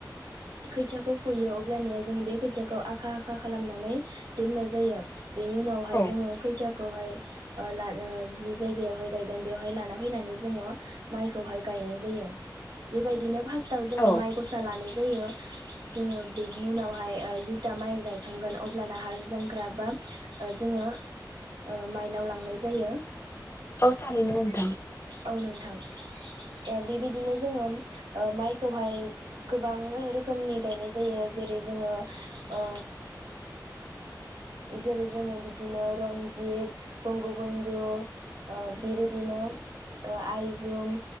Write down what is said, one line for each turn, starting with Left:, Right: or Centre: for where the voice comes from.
Right: खैथाखौ फुयो अब्लानिया जों बे खैथाखौ आखा आखा खालामनानै दोननाय जायो। बेनि उनावहाय
Left: औ
Right: जोङो खैथा खौहाय ला जि जायगायावहाय गायगोन बेवहाय लाना फैनानै जोङो माइखौहाय गायनाय जायो बेबायदिनो फार्स्टाव जोङो
Left: औ
Right: माइ गसा लानाय जायो। जोङो बेनि उनावहाय ओ जिथा माइ गायखांगोन अब्लाना हाल जांख्रा बा ओ जोङो ओ माइनाव लांनाय जायो।
Left: औ थारैनो होनथां
Right: औ नोंथां ओ बेबायदिनो जोङो माइखौहाय गोबां रोखोम रोखोमनि गायनाय जायो जेरै जोङो ओ जेरै जोङो बिदिनो रन्जित बंगबन्धु ओ बेबायदिनो ओ आइजुम